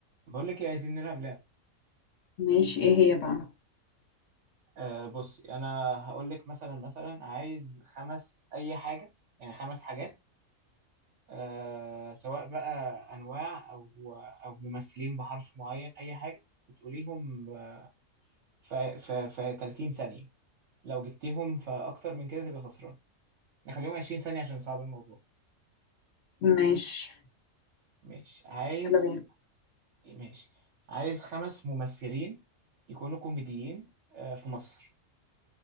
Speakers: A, on the right; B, on the left.
A: بقول لك ايه عايزين نلعب لعب
B: ماشي ايه هي بقى
A: آه بصي انا هقول لك مثلا مثلا عايز خمس اي حاجه يعني خمس حاجات آه سواء بقى انواع او او ممثلين بحرف معين اي حاجه وتقوليهم في في في 30 ثانيه لو جبتيهم في اكتر من كده تبقى خسران نخليهم 20 ثانيه عشان صعب الموضوع
B: ماشي
A: ماشي عايز
B: يلا بينا
A: ماشي عايز خمس ممثلين يكونوا كوميديين آه في مصر